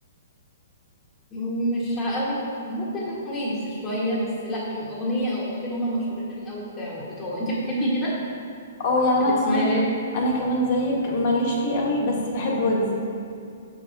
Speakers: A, on the left; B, on the left.
A: م- مش قوي ممكن ويجز شويه بس لا م- اغنيه او اغنيتين هما المشهورين قوي بتاعه بتوعه انت بتحبي كده
B: اه يعني انا
A: بتحبي
B: كمان
A: تسمعي راب
B: انا كمان زيك ماليش فيه قوي بس بحب ويجز